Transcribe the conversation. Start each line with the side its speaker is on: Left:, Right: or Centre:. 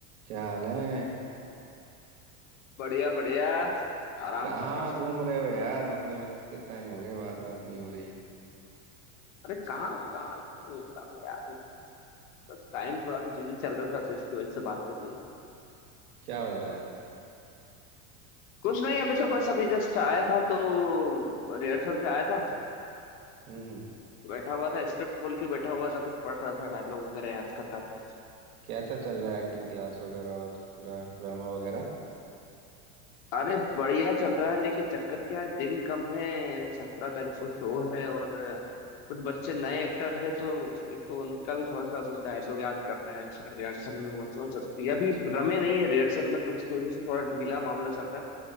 Right: क्या हाल है
Left: बढ़िया बढ़िया आराम
Right: कहाँ
Left: कर रहा हूँ
Right: घूम रहे हो यार मतलब इतने टाइम हो गया बात बात नहीं हो रही
Left: अरे कहाँ कहाँ कहाँ घूम रहा हूँ यार बस टाइम थोड़ा सा बिजी चल रहा था तो इसकी वजह से बातचीत नहीं हुई।
Right: क्या हो रहा है
Left: कुछ नहीं अभी तो बस अभी जस्ट आया था तो रिहर्सल से आया था
Right: हम्म हम्म
Left: बैठा हुआ था स्क्रिप्ट खोल के बैठा हुआ था कुछ पढ़ रहा था डायलॉग वगैरह याद कर रहा था
Right: कैसा चल रहा है एक्टिंग क्लास वगैरह और पूरा ड्रामा वगैरह
Left: अरे बढ़िया चल रहा है लेकिन चक्कर क्या है दिन कम है सत्रह तारीख को शो है और कुछ बच्चे नए एक्टर हैं तो एक तो उनका भी थोड़ा सा अभी डायलॉग याद कर रहे हैं सर रिहर्सल में वो थोड़ा सा ये अभी रमे नहीं है रिहर्सल में तो उसकी वजह से थोड़ा ढीला मामला चल रहा है